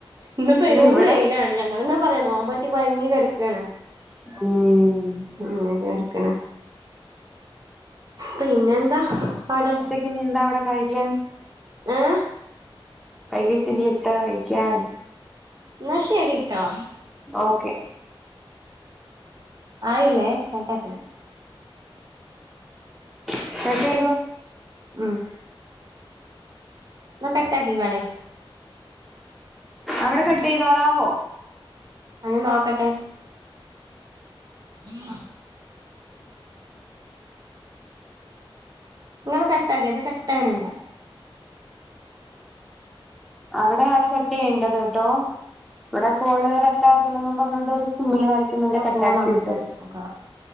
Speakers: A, on the right; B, in the centre.
A: ഇന്ന് പെരും
B: ഇനി ഇവിടെ
A: വെയിലാണ്, ഞങ്ങൾ പറയാ നോൻബ് നെറ്റ്- കൊഴങ്ങി കിടക്കാണ്.
B: ഉം ഉം..
A: അങ്ങനെയൊക്കെ എടുക്കണ. പിന്നെ എന്താ പാട്?
B: പിന്നെ എന്താ കഴിക്കാൻ?
A: ഹേ...
B: വൈകിട്ട്നി എന്താ കഴിക്കാൻ?
A: എന്നാ ശരിട്ടോ
B: ഓക്കെ.
A: ആഹ ഇല്ലേ കണ്ടാക്കല്.
B: <unintelligible>
A: ഉം ഉം. ന കട്ടാക്കിക്കളി.
B: അവിടെ കട്ട് ചെയ്തോളാവോ?
A: ആഹാ നോക്കട്ടെ. <inaudible> നിങ്ങള് കട്ടാക്കിന്താ, കട്ടാകണില്ലാ.
B: അവിടെയാണ് കട്ട് ചെയ്യേണ്ടത് ട്ടോ. ഇവിടെ കോള് റെദ്ധാകണമെന്ന്- പറഞ്ഞൊണ്ടൊരു സിമ്പല് കാണി- ണ്ട് പിന്നെന്താ
A: ഇവിടെ
B: കട്ടാക്കിയിട്ട്-
A: കോൾ അവസാനിക്കുക